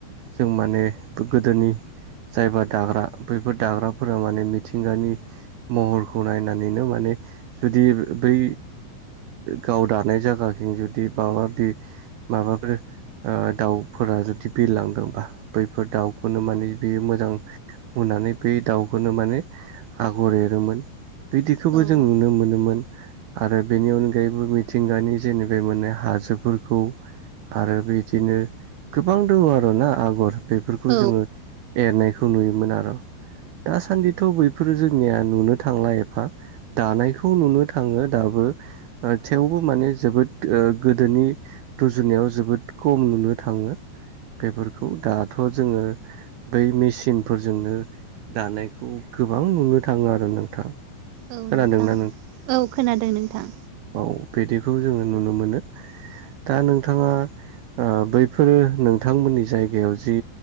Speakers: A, on the right (about 70°); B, on the right (about 85°).
A: जों माने गोदोनि जायबा दाग्रा बैफोर दाग्राफोरा माने मिथिंगानि महरखौ नायनानैनो माने जुदि बै गाव दानाय जायगााखं जुदि माबाि माबाफोर दाउफोरा जुदि बिरलांदोंबा बैफोर दाउखौनो माने बेयो मोजां बुनानै बै दाउखौनो माने आगर एरोमोन बिदिखौबो
B: औ
A: जों नुनो मोनोमोन आरो बेनि अनगायैबो मिथिंगानि जेनेबे मोनाय हाजोफोरखौ आरो बिदिनो गोबां दङ आरोना आगर बेफोरखौ
B: औ
A: जोङो एरनायखौ नुयोमोन आरो दासान्दिथ' बैफोरो जोंनिया नुनो थांला एफा दानायखौ नुनो थाङो दाबो थेवबो माने जोबोद ओ गोदोनि रुजुनायाव जोबोद खम नुनो थाङो बेफोरखौ दाथ' जोङो बै मेसििनफोरजोंनो दानायखौ गोबां नुनो थाङो आरो नोंथाङा
B: औ
A: खोनादोंना
B: नोंथां औ खोनादों नोंथां
A: औ बिदिखौ जोङो नुनो मोनो दा नोंथाङा बैफोरो नोंथांमोननि जायगायाव जि